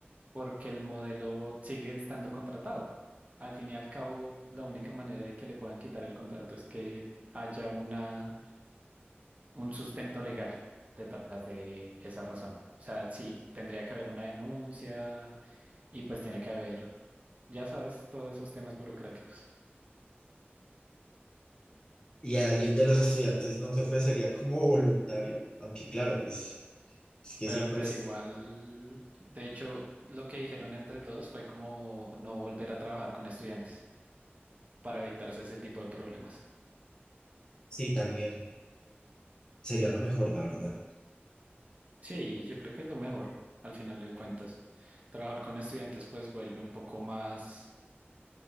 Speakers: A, on the right; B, on the left.
A: porque el modelo sigue estando contratado. Al fin y al cabo, la única manera de que le puedan quitar el contrato es que haya una, un sustento legal detrás de esa razón. O sea, sí tendría que haber una denuncia y pues tiene que haber, ya sabes, todos esos temas burocráticos.
B: y a alguien de los estudiantes no se ofrecería como voluntario, aunque claro, pues es que
A: Pero
B: siempre
A: pues
B: es,
A: igual, de hecho, lo que dijeron entre todos fue como no volver a trabajar con estudiantes para evitarse ese tipo de problemas.
B: sí, también sería lo mejor, la verdad.
A: Sí, yo creo que es lo mejor al final de cuentas. Trabajar con estudiantes pues vuelve un poco más,